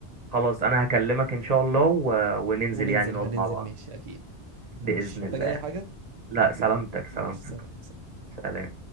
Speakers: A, on the right; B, on the right.
A: خلاص انا هكلمك ان شاء الله و... وننزل
B: وننزل
A: يعني نقعد
B: هننزل
A: مع بعض
B: ماشي أكيد
A: بإذن
B: ماشي محتاج
A: الله
B: أي حاجة؟
A: لا سلامتك سلامتك
B: ماشي سلام سلام.
A: سلام